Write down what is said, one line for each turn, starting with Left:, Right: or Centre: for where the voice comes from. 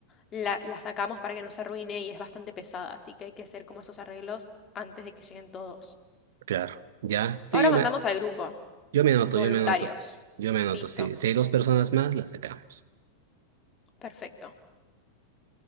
Left: la, la sacamos para que no se arruine y es bastante pesada, así que hay que hacer como esos arreglos antes de que lleguen todos.
Right: Claro. ¿Ya? Sí,
Left: Ahora
Right: yo
Left: mandamos
Right: me,
Left: al grupo,
Right: yo me anoto,
Left: voluntarios.
Right: yo me anoto. Yo me anoto,
Left: Listo,
Right: sí. Si hay dos personas más, las sacamos.
Left: perfecto.